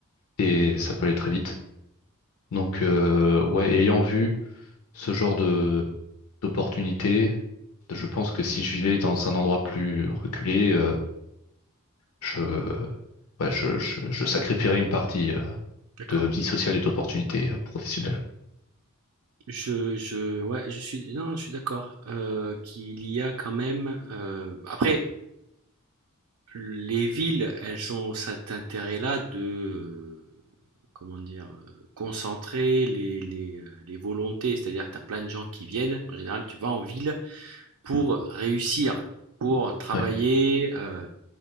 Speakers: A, on the left; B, on the right.
A: et ça peut aller très vite. Donc, euh, ouais, ayant vu ce genre de d'opportunités, Je pense que si je vivais dans un endroit plus reculé, euh, je, ouais, je, je, je sacrifierais une partie euh,
B: d'accord.
A: de vie sociale et d'opportunités euh, professionnelles.
B: Je je ouais, je suis non, je suis d'accord, heu, qu'il y a quand même, heu après les villes, elles ont cet intérêt-là de, heu, comment dire? Heu, concentrer les les, heu, les volontés. C'est-à-dire, que tu as plein de gens qui viennent. En général, tu vas en ville pour réussir, pour travailler,
A: Ouais,
B: heu